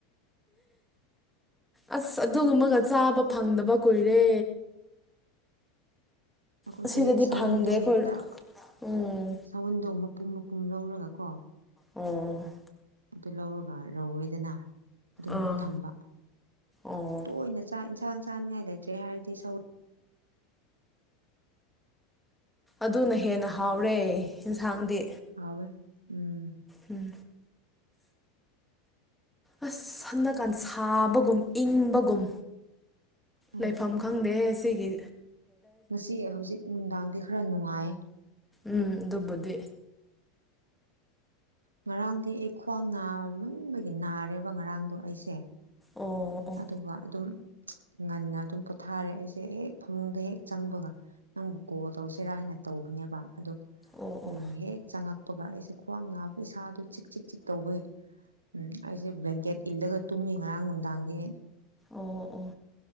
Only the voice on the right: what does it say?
ꯑꯩꯈꯣꯏꯗꯤ
ꯁꯎꯟꯗꯣ
ꯍꯦꯛꯇ
ꯁꯎꯟꯗꯣ ꯄꯨꯝ ꯃꯄꯨꯝ ꯂꯧꯔꯒ ꯀꯣ
ꯑꯗꯨ ꯂꯧꯔꯒ ꯔꯧꯋꯦꯗꯅ ꯑꯗꯨꯝ
ꯊꯝꯕ
ꯇꯣꯏꯅ ꯆꯥꯛꯟ ꯍꯥꯡ ꯆꯥꯅꯤꯡꯉꯥꯏ ꯂꯩꯇ꯭ꯔꯦ ꯍꯥꯏꯔꯗꯤ ꯁꯒ
ꯍꯋꯦ ꯎꯝ
ꯍꯣꯏ
ꯉꯁꯤ ꯍꯧꯖꯤꯛ ꯅꯨꯡꯗꯥꯡꯗꯤ ꯈꯔ ꯅꯨꯡꯉꯥꯏ
ꯉꯔꯥꯡꯗꯤ ꯑꯩ ꯈ꯭ꯋꯥꯡ ꯅꯥꯝꯃꯟꯕꯒꯤ ꯅꯥꯔꯦꯕ ꯉꯔꯥꯡꯗꯣ ꯑꯩꯁꯦ
ꯑꯗꯨꯒ ꯑꯗꯨꯝ ꯉꯟꯅ ꯑꯗꯨꯝ ꯄꯣꯊꯥꯔꯦ ꯑꯩꯁꯦ ꯍꯦꯛ ꯐꯃꯨꯡꯗ ꯍꯦꯛ ꯆꯪꯕꯒ ꯅꯪꯕꯨ ꯀꯣꯜ ꯇꯧꯁꯤꯔꯥ ꯍꯥꯏꯅ ꯇꯧꯕꯅꯦꯕ ꯑꯗꯣ
ꯍꯦꯛꯦꯛ ꯆꯪꯉꯛꯄꯒ ꯑꯩꯁꯦ ꯈ꯭ꯋꯥꯡ ꯅꯥꯕ ꯏꯁꯥꯗꯨ ꯆꯤꯛ ꯆꯤꯛ ꯆꯤꯛ ꯇꯧꯋꯤ ꯎꯝ ꯑꯩꯁꯦ ꯕ꯭ꯂꯦꯡꯀꯦꯠ ꯏꯜꯂꯒ ꯇꯨꯝꯃꯤ ꯉꯔꯥꯡ ꯅꯨꯡꯗꯥꯡ ꯑ